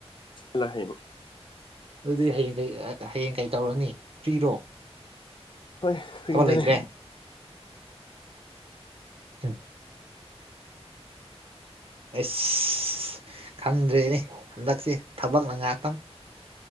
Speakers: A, on the left; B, on the right.
A: ꯂꫭꯏ ꯍꯌ‌ꯦꯡ꯫ <inaudible>
B: ꯑꯗꯨꯗꯤ ꯍꯌꯦꯡ ꯀꯩ ꯍꯌꯦꯡ ꯀꯩ ꯇꯧꯔꯨꯅꯤ ꯐ꯭ꯔꯤꯔꯣ꯫
A: ꯍꯣꯏ ꯐ꯭ꯔꯤꯗꯅꯦ꯫
B: ꯊꯕꯛ ꯂꯩꯇ꯭ꯔꯦ ꯎꯝ꯫ ꯑꯁ ꯈꯪꯗ꯭ꯔꯦꯅꯦ ꯍꯟꯗꯛꯁꯦ ꯊꯕꯛꯅ ꯉꯥꯛꯇꯪ꯫